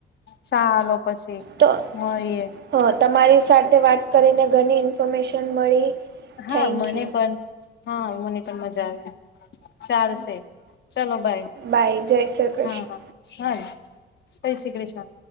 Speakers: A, on the left (about 60°); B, on the right (about 60°).
A: ચાલો પછી
B: તો
A: મળીએ
B: હ તમારી સાથે વાત કરીને ઘણી ઇન્ફોર્મેશન મળી.
A: હા
B: થેન્ક
A: મને
B: યુ
A: પણ હા મને પણ મજા આવી ચાલ ચલો બાય
B: બાય જય શ્રી કૃષ્ણ
A: હા હા હા જય શ્રી કૃષ્ણ.